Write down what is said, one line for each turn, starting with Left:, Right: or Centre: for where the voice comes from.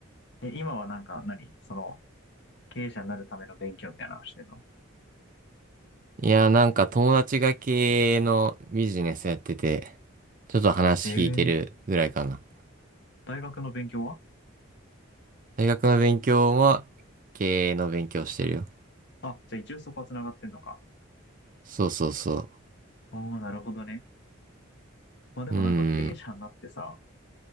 Left: え、今はなんか何その、経営者になるための勉強みたいなのしてんの
Right: いや、なんか友達が経営のビジネスやってて、ちょっと話聞いてるぐらいかな。
Left: ええ大学の勉強は
Right: 大学の勉強も経営の勉強してるよ。
Left: あ、じゃあ一応そこは繋がってんのか。
Right: そうそうそ
Left: ああ、なるほどね。まあでもなんか経営者になってさ、
Right: う。うーん、